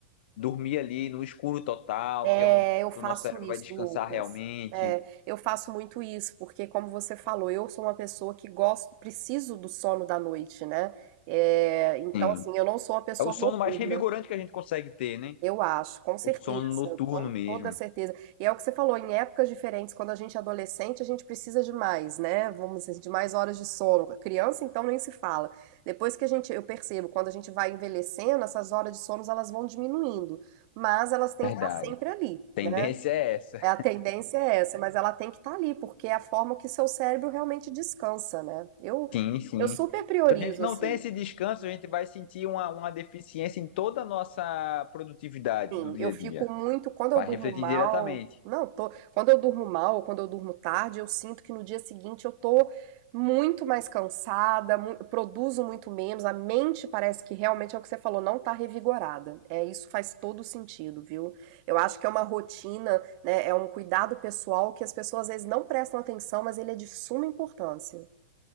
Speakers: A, on the left; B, on the right.
A: dormir ali no escuro total,
B: É,
A: que é onde
B: eu faço
A: o nosso cérebro
B: isso,
A: vai descansar
B: Lucas.
A: realmente.
B: É, eu faço muito isso, porque como você falou, eu sou uma pessoa que gosto, preciso do sono da noite, né? É, então,
A: Sim.
B: assim, eu não sou uma pessoa
A: É o sono
B: noturna,
A: mais revigorante que a gente consegue ter, né?
B: eu acho, com certeza,
A: O sono noturno
B: com
A: mesmo.
B: toda certeza. E é o que você falou, em épocas diferentes, quando a gente é adolescente, a gente precisa de mais, né? Vamos dizer, de mais horas de sono. Criança, então, nem se fala. Depois que a gente, eu percebo, quando a gente vai envelhecendo, essas horas de sono, elas vão diminuindo, mas elas têm
A: Verdade.
B: que estar sempre ali,
A: Tendência
B: né?
A: é essa.
B: É, A tendência é essa, mas ela tem que estar ali, porque é a forma que seu cérebro realmente descansa, né? Eu,
A: Sim, sim.
B: eu super
A: Se
B: priorizo,
A: a gente não
B: assim.
A: tem esse descanso, a gente vai sentir uma, uma deficiência em toda a nossa produtividade
B: Sim,
A: do dia
B: eu
A: a
B: fico
A: dia.
B: muito, quando
A: Vai
B: eu durmo
A: refletir
B: mal,
A: diretamente.
B: não, tô, quando eu durmo mal, ou quando eu durmo tarde, eu sinto que no dia seguinte eu tô muito mais cansada, mu- produzo muito menos, a mente parece que realmente é o que você falou, não tá revigorada. É, isso faz todo sentido, viu? Eu acho que é uma rotina, né, é um cuidado pessoal que as pessoas às vezes não prestam atenção, mas ele é de suma importância.